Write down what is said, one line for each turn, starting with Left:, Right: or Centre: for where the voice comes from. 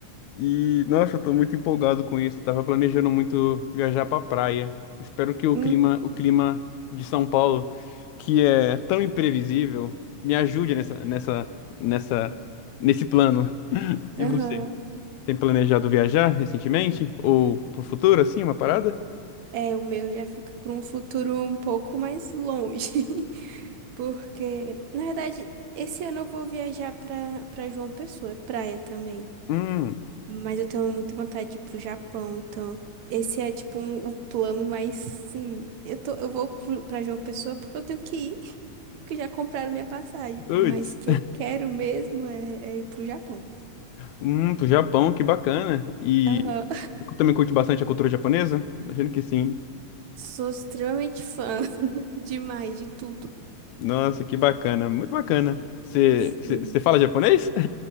Left: E, nossa, eu tô muito empolgado com isso. Eu tava planejando muito viajar pra praia. Espero que o
Right: Hum,
Left: clima, o clima de São Paulo, que é tão imprevisível, me ajude nessa, nessa, nessa, nesse plano. E
Right: aham.
Left: você? Tem planejado viajar recentemente? Ou pro futuro, assim, uma parada?
Right: É, o meu já fica para um futuro um pouco mais longe, <laughs> porque, na verdade, esse ano eu vou viajar para para João Pessoa, é praia também.
Left: Hum,
Right: Mas eu tenho muita vontade de ir pro Japão, então esse é tipo um- o plano mais sim. Eu tô, eu vou pro- pra João Pessoa porque eu tenho que ir, <laughs> porque já compraram minha passagem,
Left: putz.
Right: mas que eu quero mesmo é, é ir pro Japão.
Left: Hum, pro Japão, que bacana. E
Right: Aham,
Left: eu também curte bastante a cultura japonesa? Imagino que sim.
Right: Sou extremamente fã <laughs> demais de tudo.
Left: Nossa, que bacana, muito bacana. Você
Right: Sim.
Left: você- você fala japonês?